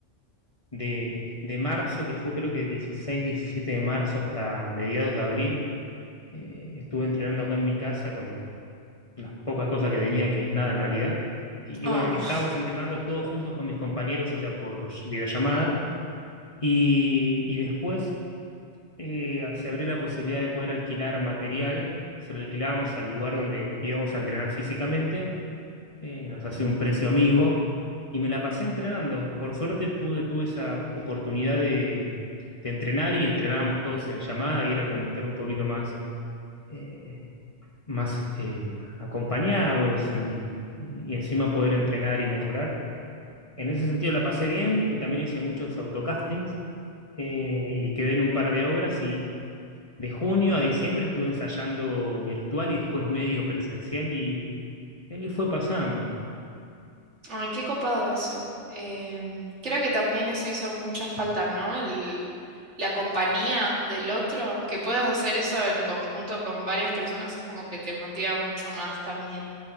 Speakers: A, on the left; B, on the right.
A: de, de marzo, que fue creo que 16 17 de marzo hasta mediados de abril, eh, estuve entrenando acá en mi casa con las pocas cosas que tenía, que es nada en realidad. Y, y
B: Oh,
A: bueno, estábamos entrenando todos juntos con mis compañeros, o sea, por videollamada. Y, y después... eh, se abrió la posibilidad de poder alquilar material, se lo alquilábamos al lugar donde íbamos a entrenar físicamente, eh, nos hacía un precio amigo y me la pasé entrenando. Por suerte pude, tuve esa oportunidad de, de entrenar y entrenábamos todos en llamada y era como estar un poquito más, eh, más eh, acompañados y, y encima poder entrenar y mejorar. En ese sentido la pasé bien y también hice muchos autocastings eh, y quedé en un par de obras de junio a diciembre estuve ensayando virtual y después medio presencial y, y ahí fue pasando.
B: ay, qué copado eso. Em, creo que también eso hizo mucha falta, ¿no? El, la compañía del otro, que puedas hacer eso en conjunto con varias personas es como que te motiva mucho más también.